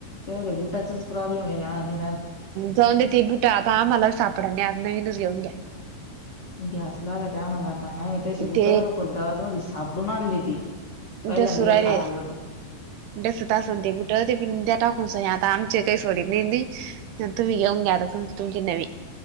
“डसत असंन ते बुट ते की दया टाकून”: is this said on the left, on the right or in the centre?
Right